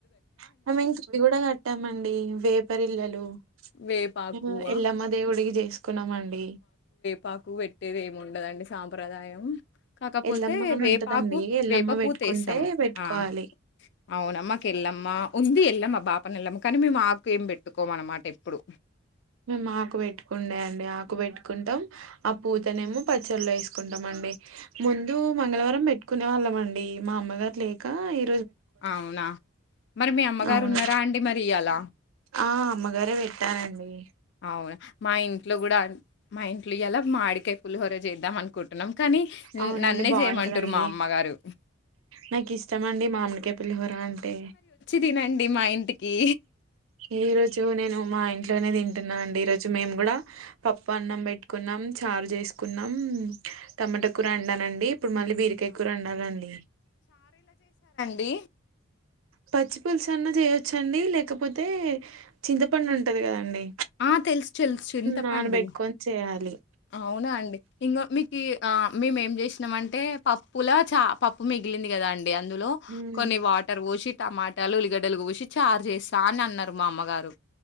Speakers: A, on the right; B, on the left.
A: ఇంకా మేం చిట్టి కూడా కట్టామండి. వేపరిళ్లలు
B: వేపాకువా
A: మేము ఎల్లమ్మ దేవుడికి చే కున్నామండి.
B: పాకు పెట్టేదేముండదండి సాంప్రదాయం. కాకపోతే
A: ఎల్లమ్మ అని
B: వేపాకు
A: ఉంటదండి ఎల్లమ్మ
B: వేప
A: పెట్టుకుంటే
B: పూత వేస్తాం
A: పెట్టుకోవాలి
B: ఆ. అవునా మాకు ఎల్లమ్మ ఉంది ఎల్లమ్మ బాపన ఎల్లమ్మ కానీ మేము ఆకు ఏం పెట్టుకోమన్నమాట. ఎప్పుడు
A: మేము ఆకు పెట్టుకుండే అండి ఆకు పెట్టు కుంటాం ఆ పూతనేమో పచ్చల్లో పచ్చళో వేసుకుంటామండీ ముందు మంగళవారం పెట్టుకునే వాళ్ళమండి మా అమ్మగారు లేక ఇ
B: అవునా మరె మీ అమ్మగారు
A: అవునా
B: ఉన్నారండి మరి ఇయ్యాల
A: ఆ అమ్మగారే పెట్టారండి.
B: అవునా మా ఇంట్లో కూడా మా ఇంట్లో ఇయాల మామిడికాయ పులిహోర చేద్దామనుకుంటున్నా. కుంటున్న కాని
A: అవునండి
B: నన్నే
A: బాగుంటదండి
B: చేయమంటున్నారు మా అమ్మ గారు.
A: నాకు ఇష్టం అండి మామిడికాయ పులిహోర అంటే.
B: తినండి మా ఇంటికి
A: ఈరోజు నేను మా ఇంట్లోనే తింటున్నండి. ఈరోజు మేము కూడా పప్పు అన్నం పెట్టుకున్నాం చారు చేసుకున్నాం టమాటా కూర వండానండి ఇప్పుడు మళ్ళీ బీరకాయ కూర వండాలండి.
B: డి.
A: పచ్చి పులుసు అన్నా చేయొచ్చండి లేకపోతే చింతపండు ఉంటది కదండి.
B: ఆ తెలుసు చెలుసు తెలుసు చింతపండు.
A: నానబెట్టుకొని చేయాలి
B: అవునా అండి ఇంగో మీక్ ఆ మేము ఏం చేశినం అంటే పప్పులా చ పప్పు మిగిలింది కదా అండి అందులో
A: ఉమ్,
B: కొన్ని వాటర్ పోశి టమాటాలు ఉల్లిగడ్డలు గోషి చారు చేస్తా అన్ని అన్నారు మా అమ్మగారు.